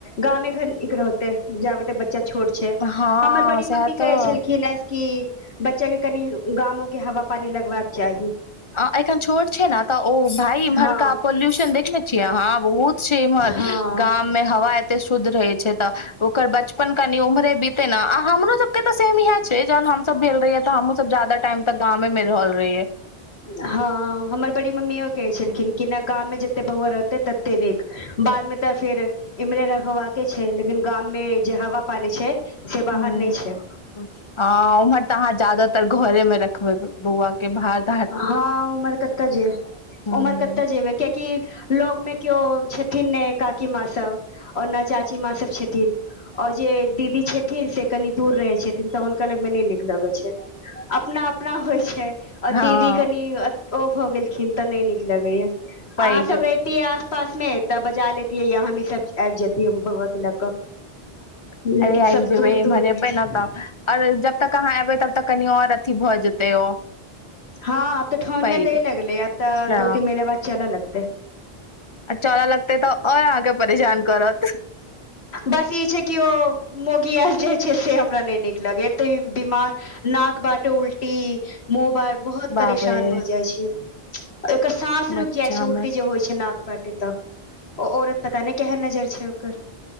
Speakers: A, on the left; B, on the left.
A: गामे घर निक रहतै, जाबे तक बच्चा छोट छै,
B: हँ
A: हम्मर बड़ी
B: सएह
A: मम्मी कहै
B: तऽ
A: छलखिन ऐं कि बच्चा के कनि, गामो के हवा पानी लगबाक चाही।
B: अं, एखन छोट छै ने तऽ ओ भाय इम्हरका
A: हँ
B: पोल्यूशन देखने छियै अहां? बहुत छै इम्हर
A: हँ
B: गाम मे हवा एते शुद्ध रहै छै तऽ ओकर बचपन कनि उम्हरे बीते नऽ, आ हमरो सबके के तऽ सेम इएह छै जहन हम सब भेल रहीयै तऽ हमहू सब जादा टाइम तक गामे मे रहल रहियै।
A: हँ, हमर बड़ी मम्मीयों कहै छलखिन कि नऽ गाम मे जते बौआ रहतै तते नीक। बाद मे तऽ फेर इम्हरे रहवाके छै लेकिन गाम में, जे हवा पानी छै से बाहर
B: हूँ
A: नहि छै
B: हँ, उम्हर तऽ अहाँ जादातर घरे में रखबै, बौआ के भात
A: हँ, उमर कतऽ जे,
B: हूँ
A: उमर कतऽ जेबै? कियाकि लऽग में केयो छथिन नै काकी माँ सभ। ओनो चाची माँ सभ छथिन। औ जे दीदी छथिन से कनी दूर रहै छथिन तऽ हुनका लग मे नै नीक लगै छै। अपना-अपना होइ छै। आ
B: हँ
A: दीदी कनी अ-ओ भऽ गेलखिन तऽ नै नीक लगैयऽ।
B: पैघ
A: अहाँ सभ रै तियै आस-पास मे तऽ बजा लेतियै या हमही सब आयब जेतियै बौआ के लऽ कऽ।
B: <inaudible>
A: लेकिन
B: अरे आयब
A: सब
B: जेबै,
A: दूर
B: एम्हर
A: दूर रहै
B: एबै
A: छै
B: नऽ तऽ और जब तक अहाँ एबै तब तक कनि और अथी भऽ जेतै ओ।
A: हँ, तऽ ठहुनियें
B: पैघ
A: दे लगलै आ तऽ
B: हँ
A: दो-तीन महिने बाद चलऽ लगतै।
B: आ चलऽ लगतय तऽ और अहाँके परेशान करत।
A: बस ई छै केओ मौगी आइब जाइ छै से हमरा नय नीक लगैयैऽ। एत्ते बिमार नाक बाटे उल्टी, मुँह बार- बहुत
B: बाप
A: परेशान
B: रे
A: भऽ जाइ छै। एकर साँस रुक
B: बच्चा
A: जाइ छै
B: हमर
A: उलटी जे होइ छै नाक बाटे तऽ। ओ औरत पता नय केहन नजर छै ओकर